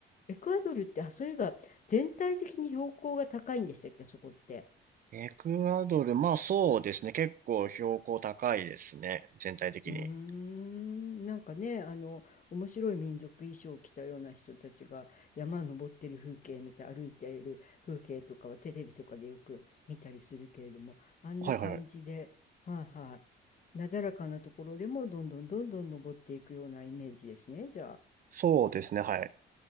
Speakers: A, on the left (about 40°); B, on the right (about 45°).
A: エクアドルってあそういえば全体的に標高が高いんでしたっけあそこって
B: エクアドル、まあそうですね。結構標高高いですね。全体的に。
A: うーん、なんかね、あの、面白い民族衣装を着たような人たちが山登ってる風景見て歩いている風景とかはテレビとかでよく見たりするけれども、あんな感じで、
B: はいはいはい。
A: はいはい、なだらかなところでもどんどんどんどん登っていくようなイメージですね、じゃあ。
B: そうですね、はい。